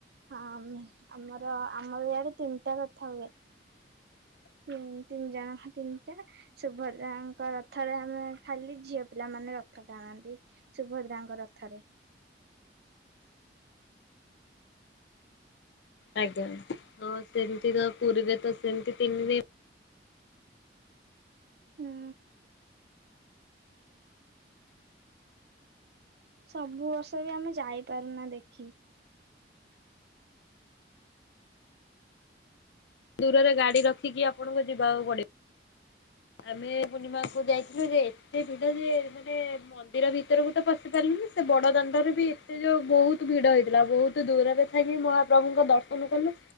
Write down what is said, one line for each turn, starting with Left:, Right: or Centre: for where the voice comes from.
Right: ହଁ ଉଁ ଆମର ଆମର ଇଆଡେ ତିନିଟା ରଥ ହୁଏ।
Left: <inaudible>
Right: ତିନ୍ ତିନି ଜଣଙ୍କ ତିନିଟା। ସୁଭଦ୍ରାଙ୍କ ରଥରେ ଆମେ ଖାଲି ଝିଅପିଲାମାନେ ରଥ ଟାଣନ୍ତି। ସୁଭଦ୍ରାଙ୍କ ରଥରେ।
Left: ଆଜ୍ଞା ହଁ ସେମିତି ତ ପୁରୀ ତ ସେମିତି ତିନି ଦିନ୍
Right: ହୁଁ। ସବୁ ବର୍ଷ ବି ଆମେ ଯାଇପାରୁନା ଦେଖି।
Left: ଦୂରରେ ଗାଡି ରଖିକି ଆପଣଙ୍କୁ ଯିବାକୁ ପଡି ଆମେ ପୂର୍ଣିମାକୁ ଯାଇଥିଲୁ ଯେ ଏତେ ଭିଡ ଯେ ମାନେ ମ ମନ୍ଦିର ଭିତରକୁ ତ ପଶି ପାରିଲିନି ସେ ବଡ ଦାଣ୍ଡରେ ବି ଏତେ ଯୋଉ ବୋହୁତୁ ଭିଡ ହେଇଥିଲା ବୋହୁତୁ ଦୂରରେ ଥାବି ମହାପ୍ରଭୁଙ୍କ ଦର୍ଶନ କଲୁ